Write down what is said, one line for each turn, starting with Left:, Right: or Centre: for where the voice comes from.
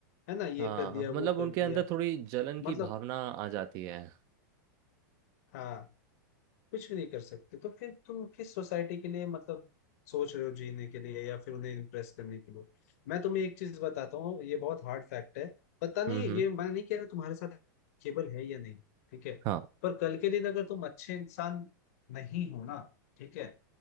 Left: है ना ये
Right: हाँ
Left: कर लिया
Right: मतलब
Left: वो कर
Right: उनके अंदर
Left: लिया
Right: थोड़ी जलन की
Left: मतलब
Right: भावना आ जाती है
Left: हाँ कुछ भी नहीं कर सकते तो फिर तुम किस सोसाइटी के लिए मतलब सोच रहे हो जीने के लिए या फिर उन्हें इम्प्रेस करने के लिए मैं तुम्हें एक चीज बताता हूँ ये बहुत हार्ड फैक्ट है पता नहीं
Right: हम्म
Left: ये
Right: हम्म
Left: मैं नहीं कह रहा तुम्हारे साथ केबल है या नहीं ठीक है
Right: हाँ
Left: पर कल के दिन अगर तुम अच्छे इंसान नहीं हो ना ठीक है